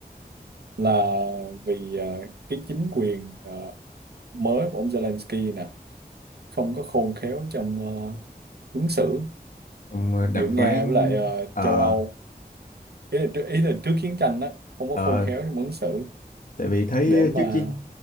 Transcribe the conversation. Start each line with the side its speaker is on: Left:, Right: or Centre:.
Left: ừ.
Right: là vì ờ, cái chính quyền ờ, mới của ông Zelensky nè không có khôn khéo trong ờ, ứng xử
Left: trong ờ, đàm
Right: giữa
Left: phán
Right: Nga với lại ờ,
Left: ờ
Right: châu Âu ý là, trước- ý là trước chiến tranh đó không có
Left: ờ,
Right: khôn khéo trong ứng xử
Left: tại vì thấy
Right: để mà
Left: trước chiến